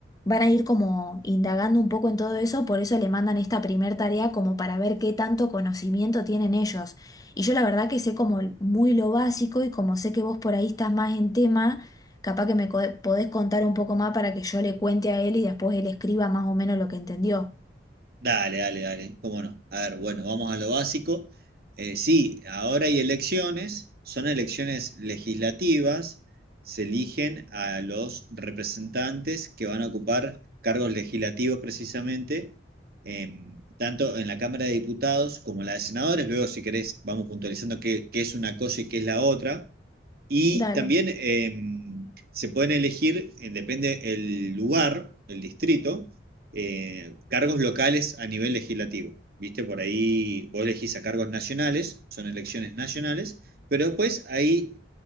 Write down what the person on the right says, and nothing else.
Dale, dale, dale, cómo no. A ver, bueno, vamos a lo básico. Eh, sí, ahora hay elecciones, son elecciones legislativas, se eligen a los representantes que van a ocupar cargos legislativos precisamente, em, tanto en la Cámara de Diputados como en la de Senadores. Luego, si querés, vamos puntualizando qué, qué es una cosa y qué es la otra. Y
también em, se pueden elegir, eh, depende el lugar, el distrito eh, cargos locales a nivel legislativo. ¿Viste? Por ahí vos elegís a cargos nacionales, son elecciones nacionales, pero después hay